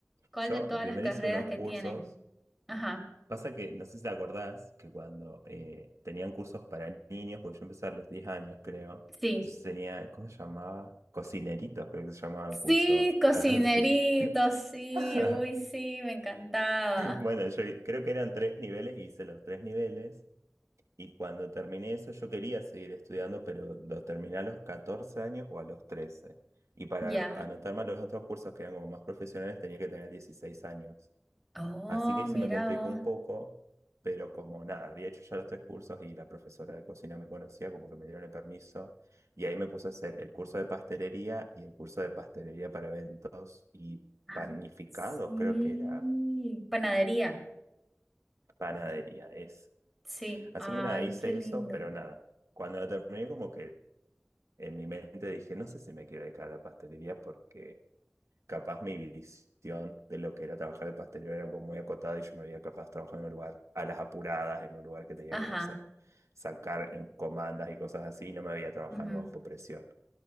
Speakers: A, in the centre; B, on the right.
A: ¿Cuál
B: Yo
A: de todas
B: primero
A: las carreras
B: hice unos
A: que
B: cursos.
A: tienen? Ajá,
B: Pasa que, no sé si te acordás, que cuando eh, tenían cursos para niños, porque yo empecé a los 10 años, creo.
A: sí.
B: Entonces tenía, ¿cómo se llamaba? Cocineritos, creo que se llamaba
A: Sí,
B: el curso.
A: cocinerito,
B: <laughs> Así.
A: sí,
B: <laughs>
A: uy, sí, me encantaba.
B: Bueno, yo creo que eran tres niveles, y hice los tres niveles. Y cuando terminé eso, yo quería seguir estudiando, pero lo terminé a los 14 años o a los 13. Y para
A: Ya.
B: anotarme a los otros cursos que eran como más profesionales, tenía que tener 16 años.
A: Oh,
B: Así que ahí se
A: mira
B: me complicó
A: vos.
B: un poco, pero como nada, había hecho ya los tres cursos y la profesora de cocina me conocía, como que me dieron el permiso. Y ahí me puse a hacer el curso de pastelería y el curso de pastelería para eventos y
A: Ah,
B: panificados,
A: Sí,
B: creo que era
A: panadería.
B: panadería, es.
A: Sí,
B: Así
A: ay,
B: que nada, hice
A: qué lindo.
B: eso, pero nada. Cuando lo terminé, como que en mi mente dije, no sé si me quiero dedicar a la pastelería porque capaz mi visión de lo que era trabajar de pastelero era como muy acotada y yo me veía capaz trabajando en un lugar a las apuradas, en un lugar que tenía
A: Ajá.
B: que, no sé, sacar en comandas y cosas así, y no me veía trabajando
A: ujú.
B: bajo presión.